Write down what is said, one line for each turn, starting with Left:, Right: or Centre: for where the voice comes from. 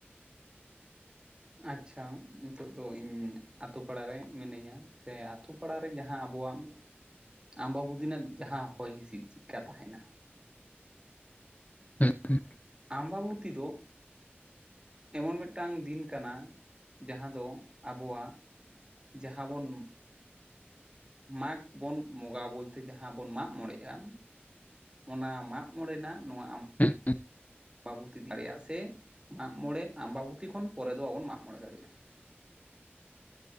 Right: ᱟᱪᱪᱷᱟᱸ ᱱᱤᱛᱚ-ᱜ ᱫᱚ᱾ ᱤᱧ ᱟᱹᱛᱩ ᱯᱟᱲᱟ ᱨᱮ ᱢᱤᱱᱟᱹᱧᱟ᱾ ᱥᱮ ᱟᱛᱩᱯᱼᱼ ᱯᱟᱲᱟ ᱨᱮ ᱡᱟᱦᱟᱸ ᱟᱵᱚᱣᱟᱼᱜ ᱟᱢᱵᱟᱵᱩᱫᱤ ᱨᱮᱱᱟ-ᱜ ᱡᱟᱦᱟᱸ ᱦᱚᱭ, ᱦᱤᱸᱥᱤᱫᱽ ᱪᱤᱜ ᱠᱟ ᱛᱟᱦᱮᱱᱟ᱾
Left: ᱦᱩᱸ᱾ᱜ ᱦᱩᱸ᱾
Right: ᱟᱢᱟᱼᱵᱩᱛᱤ ᱫᱚᱼᱼ ᱮᱢᱚᱱ ᱢᱤᱫᱴᱟᱝ ᱫᱤᱱ ᱠᱟᱱᱟ᱾ ᱡᱟᱦᱟᱸ ᱫᱚ ᱟᱵᱚᱣᱟᱼᱜᱼᱼ ᱡᱟᱦᱟᱸ ᱵᱚᱱᱼᱼ ᱢᱟᱜᱽ ᱵᱚᱱ ᱵᱚᱺᱜᱟ᱾ ᱵᱚᱞᱛᱮ ᱡᱟᱦᱟᱸ ᱵᱚᱱ ᱢᱟᱜ ᱢᱚᱬᱮᱸᱜ-ᱟ᱾ ᱚᱱᱟ ᱢᱟᱜ ᱢᱚᱬᱮᱸ ᱨᱮᱱᱟ-ᱜ ᱱᱚᱣᱟ ᱾ᱟᱢᱼᱼ
Left: ᱩᱸ ᱩᱸ᱾ <inaudible>
Right: ᱟᱢᱵᱟ-ᱵᱩᱛᱤ ᱫᱟᱲᱮᱭᱟᱜ-ᱟ ᱥᱮ ᱢᱟᱜ ᱢᱚᱬᱮᱸ ᱟᱢᱵᱟ-ᱵᱩᱛᱤ ᱠᱷᱚᱱ ᱯᱚᱨᱮ ᱫᱚ᱾ ᱵᱟᱵᱚᱱ ᱢᱟᱜ ᱢᱚᱬᱮᱸ ᱫᱟᱲᱤᱜ-ᱟ᱾